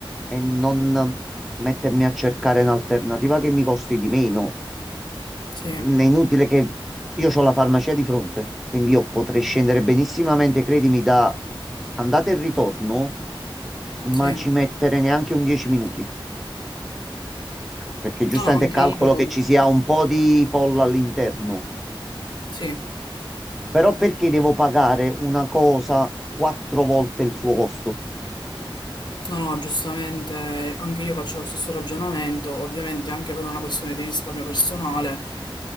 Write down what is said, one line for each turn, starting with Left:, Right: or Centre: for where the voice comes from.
Centre: e non mettermi a cercare un'alternativa che mi costi di meno.
Left: sì,
Centre: Mm, È inutile che io ho la farmacia di fronte, quindi io potrei scendere benissimamente, credimi, da andata e ritorno ma
Left: sì.
Centre: ci mettere neanche un 10 minuti, perché giustamente
Left: No, no, anche
Centre: calcolo
Left: io.
Centre: che ci sia un po' di folla all'interno.
Left: Sì.
Centre: Però perché devo pagare una cosa quattro volte il suo costo?
Left: No, no, giustamente anche io faccio lo stesso ragionamento, ovviamente anche per una questione di risparmio personale.